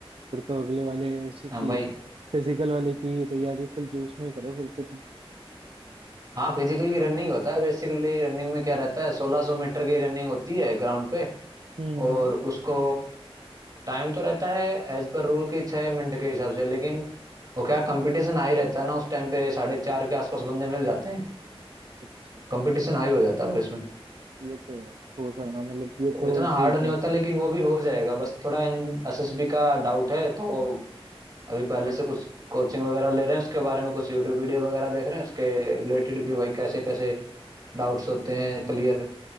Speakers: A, on the right; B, on the right.
A: फिर तो अगले वाले उसी
B: हाँ
A: की
B: भाई
A: फिजिकल वाले की तैयारी फुल जोश में ही करो फिर तो तुम
B: हाँ फिजिकल की रनिंग होता है बेसिकली रनिंग में क्या रहता है 1600 मीटर की रनिंग होती है ग्राउंड पे
A: हम्म
B: और उसको टाइम तो रहता है एज पर रूल की छः मिनट के हिसाब से लेकिन वो क्या कंपटीशन हाई रहता है ना उस टाइम पे साढ़े चार के आसपास बंदे मिल जाते हैं
A: अच्छा
B: कंपटीशन हाई हो जाता है भाई इसमें
A: ये तो है हो सका मतलब ये
B: तो
A: तो
B: इतना हार्ड
A: ठीक
B: नहीं
A: है
B: होता लेकिन वो भी हो जाएगा बस थोड़ा इन एसएसबी का डाउट है तो अभी पहले से कुछ कोचिंग वगैरह ले रहे हैं उसके बारे में कुछ यूट्यूब वीडियो वगैरह देख रहे हैं उसके रिलेटेड कि भाई कैसे कैसे डाउट्स होते हैं क्लियर